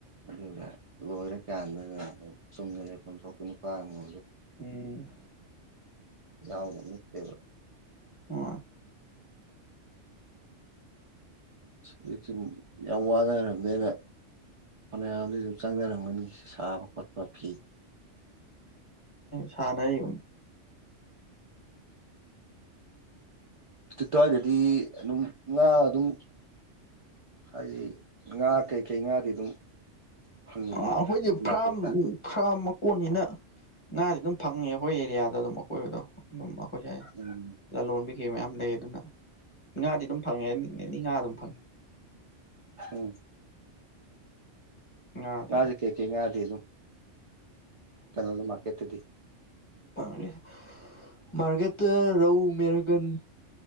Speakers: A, on the right; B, on the left.
A: ꯑꯗꯨꯒ ꯂꯣꯏꯔꯀꯥꯟꯗꯒꯝ ꯆꯨꯝꯅ ꯂꯩꯐꯝ ꯊꯣꯛꯄ ꯅꯨꯄꯥꯝꯃꯨ
B: ꯎꯝ
A: ꯌꯥꯎꯅ ꯃꯦꯕ
B: ꯃꯥ
A: ꯑ ꯑꯩꯁꯤ ꯌꯥꯝ ꯋꯥꯅꯔꯝꯗꯦꯅ ꯍꯅꯖꯨꯞꯁ꯭ꯔꯪꯔꯅꯤ ꯁꯕ ꯈꯣꯠꯄ ꯐꯤ
B: ꯁꯅꯥꯏꯣꯟ
A: ꯠꯇꯋꯥꯗꯗꯤ ꯑꯗꯨꯝ ꯉꯥ ꯑꯗꯨꯝ ꯍꯥꯏꯗꯤ ꯉꯥ ꯀꯩꯀꯩ ꯉꯥꯗꯤ ꯑꯗꯨꯝ ꯐꯪꯉꯤꯒꯦ
B: ꯑꯩꯈꯣꯏꯁꯦ
A: ꯃꯥꯔꯀꯦꯠꯇ
B: ꯐꯥꯝ ꯐ꯭ꯔꯥꯝ ꯃꯀꯣꯟꯅꯤꯅ ꯉꯥꯥꯁ ꯑꯗꯨꯝ ꯐꯪꯉꯦ ꯑꯩꯈꯣꯏ ꯑꯦꯔꯤꯌꯥꯗ ꯑꯗꯨꯝ ꯑꯀꯣꯏꯕꯗꯣ ꯑꯗꯨꯝ ꯑꯩꯈꯣꯏꯁꯨ
A: ꯎꯝ
B: ꯂꯣꯟꯕꯤ ꯀꯩ ꯃꯌꯥꯝ ꯂꯩ ꯑꯗꯨꯅ ꯉꯥꯗꯤ ꯑꯗꯨꯝ ꯐꯪꯉꯦꯅꯤ ꯉꯥ ꯑꯗꯨꯝ ꯐꯪꯉꯦ
A: ꯎꯝ
B: ꯉꯥꯗꯤ
A: ꯉꯁꯨ ꯀꯦ ꯀ ꯉꯗꯤ ꯑꯗꯨ ꯀꯩꯅꯣꯅ ꯃꯥ ꯀꯦꯠꯇꯗꯤ
B: ꯥꯡꯦ ꯃꯥꯔꯒꯦꯠ ꯔꯧ ꯃꯦꯔꯒꯟ